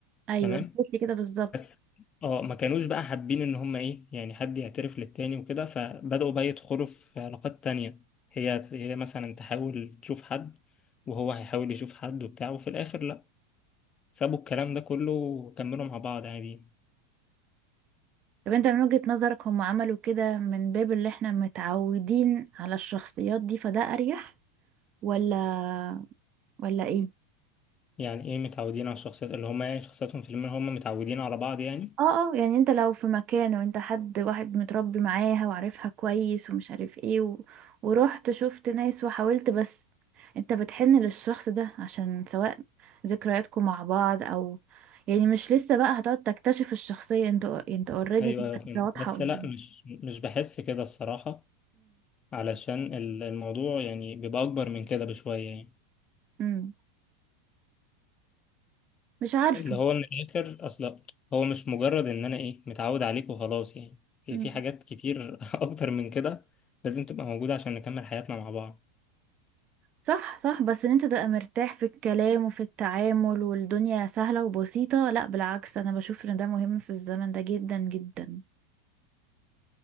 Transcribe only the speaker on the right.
ايوه
قلت لي كده بالظبط
طب انت من وجهة نظرك هم عملوا كده من باب اللي احنا متعودين على الشخصيات دي فده اريح ولا ولا ايه
اه اه يعني انت لو في مكان وانت حد واحد متربي معاها وعارفها كويس ومش عارف ايه و... ورحت شفت ناس وحاولت بس انت بتحن للشخص ده عشان سواء ذكرياتكم مع بعض او يعني مش لسه بقى هتقعد تكتشف الشخصية انت انت اوريدي
واضحة
قدامك
مم. مش عارفة
مم.
صح صح بس ان انت تبقى مرتاح في الكلام وفي التعامل والدنيا سهلة وبسيطة لا بالعكس انا بشوف ان ده مهم في الزمن ده جدا جدا